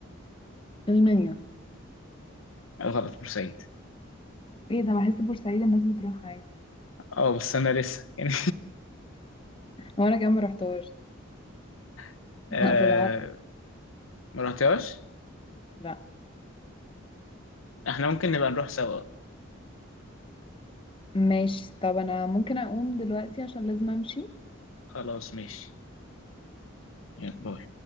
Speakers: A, on the left (about 25°); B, on the left (about 75°).
A: المنيا
B: آه، غلط بورسعيد
A: ايه ده بحس بورسعيد الناس بتروح عادي يعني
B: اه بس انا لسه يعني
A: هو انا كمان ما رحتهاش
B: <laughs>
A: <laughs>
B: أه
A: ابو العرب
B: ما رحتهاش
A: لا
B: احنا ممكن نبقى نروح سوا
A: ماشي طب انا ممكن اقوم دلوقتي عشان لازم امشي
B: خلاص ماشي يلا باي.